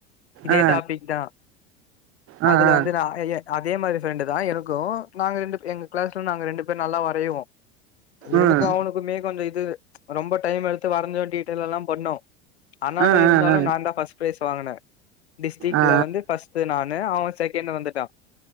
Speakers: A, on the left; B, on the right.
A: இதே
B: ஆ
A: டாபிக் தான்
B: ஆ
A: அதுல
B: ஆ
A: வந்து நான் ஏ ஐ ஆப் இதே மாதிரி ஃப்ரெண்டு தான் எனக்கும் நாங்க ரெண்டு எங்க கிளாஸ்ல நாங்க ரெண்டு பேர் நல்லா வரைவோம்
B: ம்
A: எனக்கு அவனுக்குமே கொஞ்சம் இது ரொம்ப டைம் எடுத் து வரஞ்சேன் கேட்டதெல்லாம் பண்ணோம் ஆனாலும்
B: ஆ
A: இருந்தாலும்
B: ஆ ஆ
A: நான் தான் ஃபர்ஸ்ட் ப்ரைஸ் இப்ப வாங்குனேன் டிஸ்டிக்ல
B: ஆ
A: வந்து ஃபர்ஸ்ட் நா அதான் அவன் செகண்ட் வந்துட்டா